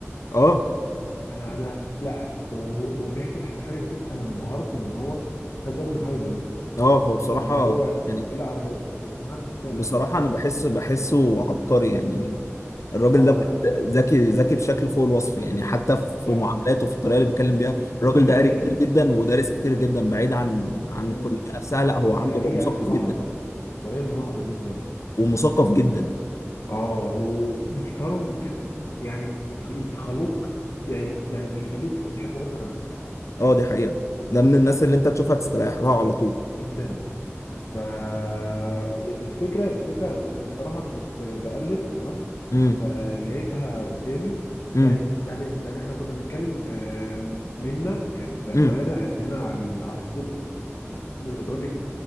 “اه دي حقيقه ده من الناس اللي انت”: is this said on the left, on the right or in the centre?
Left